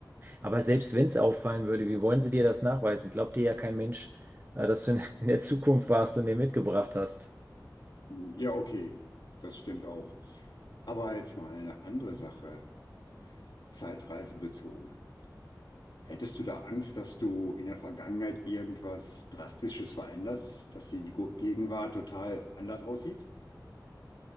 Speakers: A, on the right; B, on the left.
A: aber selbst wenn es auffallen würde, wie wollen sie dir das nachweisen? Glaubt dir ja kein Mensch, äh, dass du in in der Zukunft warst und den mitgebracht hast.
B: Hm, Ja, okay, das stimmt auch. Aber jetzt mal eine andere Sache, Zeitreisen bezogen. Hättest du da Angst, dass du in der Vergangenheit irgendwas Drastisches veränderst, dass die Gegenwart total anders aussieht?